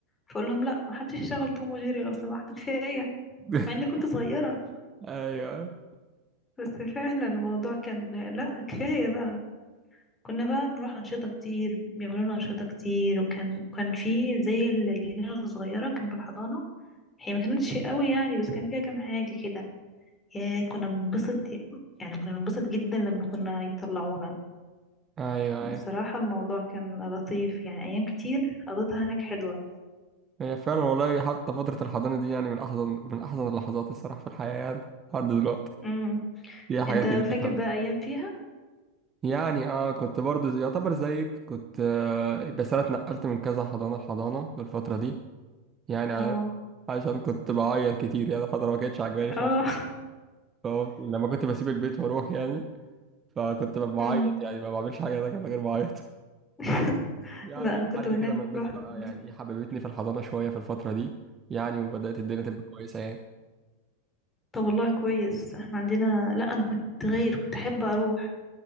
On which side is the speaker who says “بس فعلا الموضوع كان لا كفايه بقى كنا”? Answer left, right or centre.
Left